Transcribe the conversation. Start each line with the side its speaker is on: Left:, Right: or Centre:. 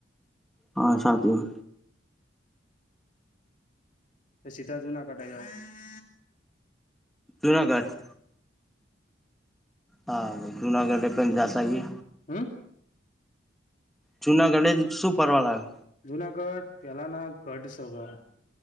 Centre: હા સાચૂ હ.
Left: પ સીધા જુનાગઢ આઈ જવાનું.
Centre: જુનાગઢ. હા જૂનાગઢ ડિપેન જાસઈ.
Left: હમ.
Centre: જુનાગઢે જ શું ફરવા લાય.
Left: જુનાગઢ પહેલાના ગઢ સવા